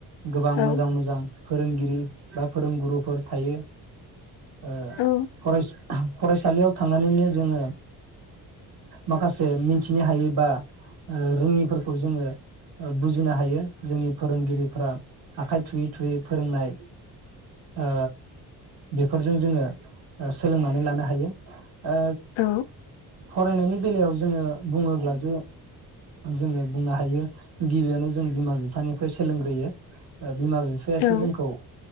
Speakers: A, on the right; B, on the left.
A: गोबां
B: औ
A: मोजां मोजां फोरोंगिरि बा फोरोंगुरुफोर थायो। ओ
B: औ
A: फरायसा फरायसालियाव थांनानैनो जोङो माखासे मिथिनो हायै बा ओ रोङिफोरखौ जोङो बुजिनो हा हायो जोंनि फोरोंगिरिफोरा आखाइ थुयै थुयै फोरोंनाय ओ बेफोरजों जोङो ओ सोलोंनानै लानो हायो। ओ
B: औ
A: फरायनायनि बेलायाव जोङो बुङोब्ला जे जोङो बुंनो हायो गिबियावनो जों बिमा बिफानिफ्राय सोलोंग्रोयो ओ। बिमा बिफायासो
B: औ
A: जोंखौ ओ